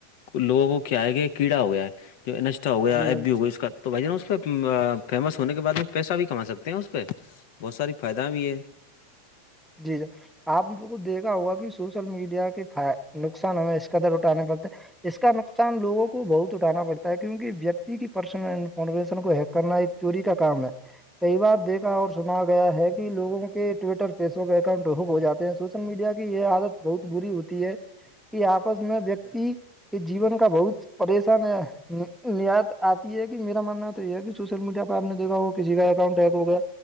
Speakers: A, on the left; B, in the centre.
A: لوگوں کو کیا ہے کہ کیڑا ہو گیا ہے جو اا ہو گیا
B: جی
A: ای
B: جناب
A: ہو گئی اس کا تو بھائی ج نا اس پہ فیمس ہونے کے بعد میں پیسہ بھی کما سکتے ہیں اس پہ بہت ساری فائدہ بھی ہے
B: جی جر آپ کو دیکھا ہوگا کہ سوشل میڈیا کے نقصان ہمیں اس قدر اٹھانے پڑتے اس کا نقصان لوگوں کو بہت اٹھانا پڑتا ہے کیونکہ ویکتی کی پرسنل انفارمیشن کو ہیک کرنا ایک چوری کا کام ہے کئی بار دیکھا اور سنا گیا ہے کہ لوگوں کے ٹویٹر فیس بک اکاؤنٹب ہو جاتے ہیں سوشل میڈیا کی یہ عادت بہت بری ہوتی ہے کہ آپس میں ویکتی کے جیون کا بہت پریشان ہے نیایت آتی ہے کہ میرا ماننا تو یہ ہے کہ سوشل میڈیا پہ آپ دیکھا وہ کسی کا اکاؤنٹ ہیک ہو گیا